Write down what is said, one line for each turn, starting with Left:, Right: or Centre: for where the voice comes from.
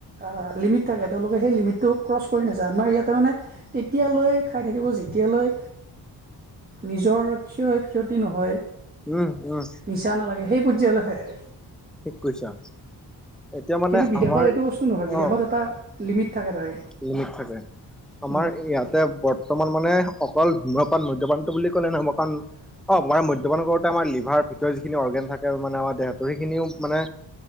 Right: আহ লিমিট থাকে তেওঁলোকে সেই লিমিটটো ক্ৰছ কৰি নাযায় আমাৰ ইয়াতে মানে তেতিয়ালৈ খাই থাকিব যেতিয়ালৈ নিজৰ ক্ষয় ক্ষতি নহয়
Centre: উম উম
Right: মিছা নালাগে সেই প্ৰজ্যালৈ খাই থাকে
Centre: ঠিক কৈছা এতিয়া মানে
Right: কিন্তু বিদেশত
Centre: আমাৰ
Right: এইটো বস্তু নহয় বিদেশত
Centre: অ
Right: এটা লিমিট থাকে তাৰে
Centre: লিমিট থাকে আমাৰ
Right: উম
Centre: ইয়াতে বৰ্তমান মানে অকল ধুম্ৰপান মধ্যপান বুলি কলে নহ'ব কাৰণ অ মানে মদ্যবান কৰোতে আমাৰ লিভাৰ ভিতৰ যিখিনি অৰ্গেন থাকোনে আমাৰ দেহাতৰ সেইখিনিও মানে